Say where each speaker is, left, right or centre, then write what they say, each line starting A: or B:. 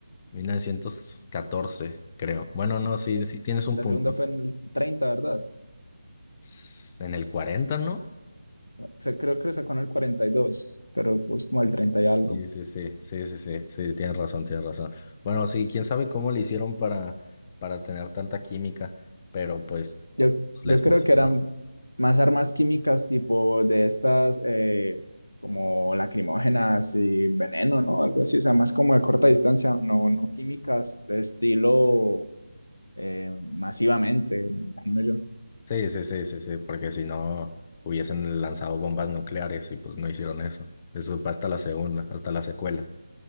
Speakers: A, on the left; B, on the left.
A: 1914, creo. Bueno, no,
B: 14.
A: sí, sí tienes un
B: La
A: punto.
B: segunda fue en el 30, ¿verdad?
A: S- En el 40, ¿no?
B: O sea, creo que sacó en el cuarenta y dos pero pues como el 30 y algo.
A: Sí, sí, sí, sí, sí, sí, sí, tienes razón, tienes razón. Bueno, sí, quién sabe cómo le hicieron para, para tener tanta química, pero pues,
B: Yo,
A: pues
B: yo
A: les
B: creo
A: funcionó.
B: que eran más armas químicas tipo de estas eh, como lacrimógenas y veneno, ¿no? Algo así, o sea, más como de corta distancia, no, no químicas de estilo eh, masivamente, me imagino yo.
A: Sí, sí, sí, sí, sí, porque si no hubiesen lanzado bombas nucleares y pues no hicieron eso. Eso fue hasta la segunda, hasta la secuela.